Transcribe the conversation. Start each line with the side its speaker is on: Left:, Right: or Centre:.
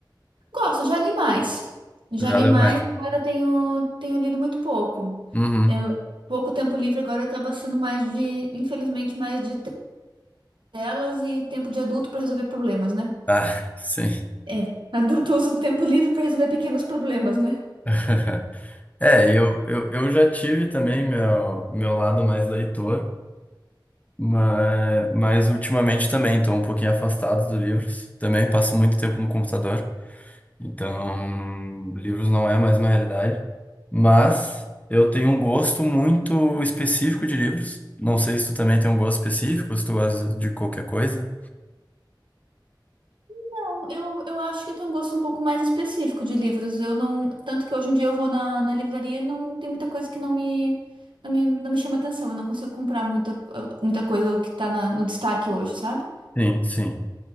Right: Gosto, já li mais. Já
Left: Já
Right: li
Left: leu
Right: mais,
Left: mais.
Right: agora tenho, tenho lido muito pouco.
Left: Uhum.
Right: Tenho pouco tempo livre, agora acaba sendo mais de, infelizmente, mais de telas e tempo de adulto para resolver problemas, né?
Left: Ah, sim.
Right: É, adulto usa o tempo livre para resolver pequenos problemas, né?
Left: <laughs> É, eu, eu, eu já tive também meu, meu lado mais leitor. Mas, mas ultimamente também estou um pouquinho afastado dos livros. Também passo muito tempo no computador. Então, livros não é mais uma realidade. Mas eu tenho um gosto muito específico de livros. Não sei se tu também tem um gosto específico, se tu gosta de qualquer coisa.
Right: Bom, Eu, eu acho que eu tenho um gosto um pouco mais específico de livros. Eu não, tanto que hoje em dia eu vou na, na livraria, e não tem muita coisa que não me, não me, não me chama atenção. Eu não consigo comprar muita, muita coisa que tá na- no destaque hoje, sabe?
Left: Sim, sim.